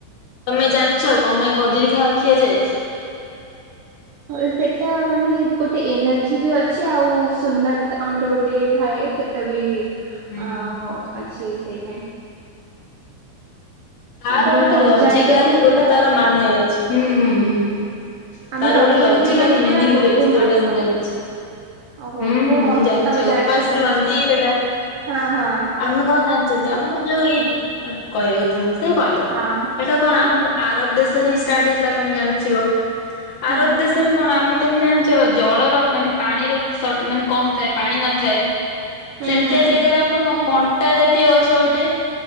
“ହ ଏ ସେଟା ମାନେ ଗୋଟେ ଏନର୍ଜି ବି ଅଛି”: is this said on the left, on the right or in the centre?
Right